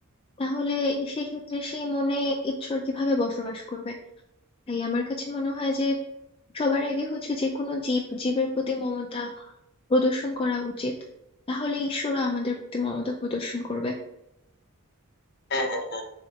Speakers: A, on the left; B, on the left.
A: তাহলে সেক্ষেত্রে সেই মনে ঈশ্বর কিভাবে বসবাস করবে তাই আমার কাছে মনে হয় যে সবার আগে হচ্ছে যে কোনো জীব জীবের প্রতি মমতা প্রদর্শন করা উচিত তাহলে ঈশ্বরও আমাদের প্রতি মমতা প্রদর্শন করবে
B: হ্যাঁ হ্যাঁ হ্যাঁ